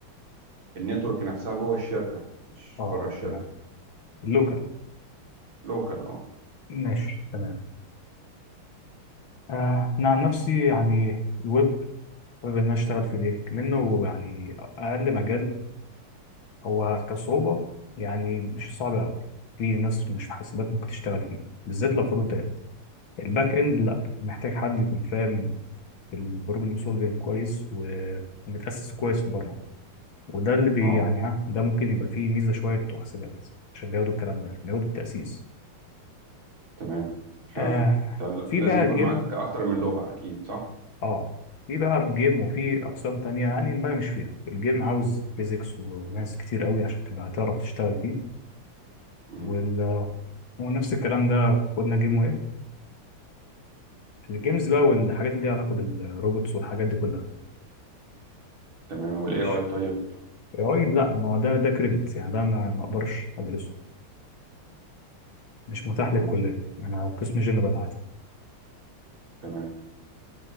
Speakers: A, on the right (about 65°); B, on the left (about 65°).
A: النتورك نفسها جوه الشركة مش
B: اه
A: بره الشركة
B: تمام اللوكال
A: لوكال اه
B: ماشي تمام آه انا عن نفسي يعني الويب حابب ان انا اشتغل في ليه منه يعني اقل مجال هو كصعوبة يعني مش صعب أوي في ناس مش في حاسبات ممكن تشتغل فيه بالذات لو فرونت إند الباك إند لأ محتاج حد يكون فاهم في البروبلم سولفينج كويس ومتأسس كويس في البرمجة وده اللي بي
A: اه
B: يعني ها ده ممكن يبقى فيه ميزة شوية بتوع حاسبات عشان بياخدوا الكلام ده بياخدوا التأسيس
A: تمام فعلا
B: آه
A: انت ل-
B: في
A: لازم
B: بقى
A: يكون
B: جيم
A: معاك اكتر من لغة اكيد صح
B: اه في بقى جيم وفي أقسام تانية يعني المجال مش فيها الجيم عاوز فيزيكس وماس كتير قوي عشان تبقى تعرف تشتغل فيه
A: مم.
B: وال... ونفس الكلام ده قلنا جيم وير الجيمز بقى والحاجات اللي ليها علاقه بالروبوتس والحاجات دي كلها
A: تمام والاي
B: مش
A: اي طيب
B: اي اي لا ما هو ده ده كريدت يعني ده ما ما اقدرش ادرسه مش متاح
A: مم.
B: للكليه يعني انا قسم جنرال عادي
A: تمام